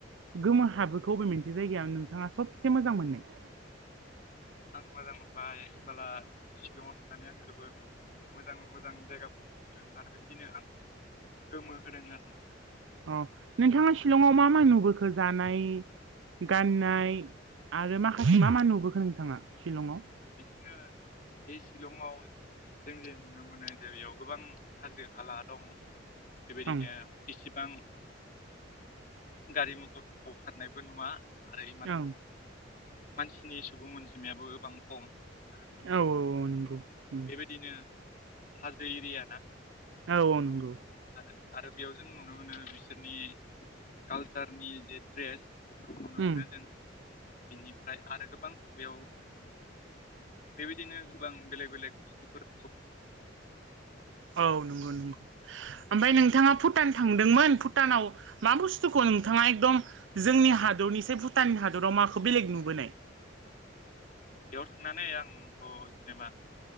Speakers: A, on the right; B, on the left.
A: गोमो हाबहोखो अबे मोनसे जायगाया नोंथाङा सबसे मोजां मोननाय
B: <inaudible> आं मोजां मोनबाय होनबोला शिलंआव थांनानै आं जोबोद मोजां-मोजां जायगाफोरखौ नुदों आरो बेबायदिनो आंखौ गोमो होदों आरोना
A: अह नोंथाङा शिलंआव मा मा नुबोखो जानाय गाननाय आरो माखासे मा
B: औ
A: मा नुबोखो नोंथाङा शिलंआव
B: बिदिनो बे शिलंआव जों जे नुनो मोनो जे बेयाव गोबां हाजो हाला दं बेबायदिनो
A: ओं
B: बिसि एसेबां गारि मथरफोरखौ खारनायबो नुवा आरो इमान
A: ओं
B: मानसिनि सुबुं अनजिमायाबो गोबां खम आरो
A: औ-औ नंगौ उम
B: बेबायदिनो हाजो एरियाना
A: औ-औ नंगौ
B: आरो बेयाव जों नुनो मोनो बिसोरनि कालसारनि जे ड्रेस बेखौ नुनो
A: उम
B: मोनो जों बिनिफ्राय आरो गोबां बेयाव बेबायदिनो गोबां बेलेग बेलेग फोर
A: औ नंगौ नंगौ
B: आरो
A: ओमफाय नोंथाङा भु टान थांदोंमोन भुटानाव मा बुस्थुखौ नोंथाङा एकदम जोंनि हादरनिसै भुटान हादर राव माखौ बेलेग नुबोनाय
B: <unintelligible> थांनानै आंथ' जेनेबा